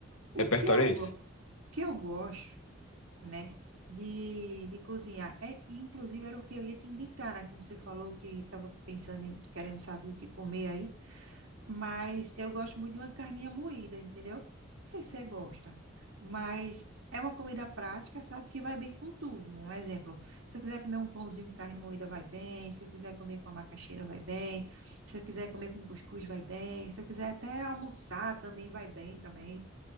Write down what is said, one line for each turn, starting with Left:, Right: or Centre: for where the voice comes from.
Right: o
Left: repertório
Right: que eu,
Left: é
Right: go-
Left: esse?
Right: o que eu gosto, né, de, de cozinhar, é, inclusive era o que eu ia te indicar, né, como você falou que estava pensando, em- querendo saber o que comer aí. Mas eu gosto muito de uma carninha moída, entendeu? Não sei se você gosta, mas é uma comida prática, sabe? Que vai bem com tudo. Um exemplo, se eu quiser comer um pãozinho com carne moída, vai bem. Se eu quiser comer com a macaxeira, vai bem. Se eu quiser comer com cuscuz, vai bem. Se eu quiser até almoçar, também vai bem também.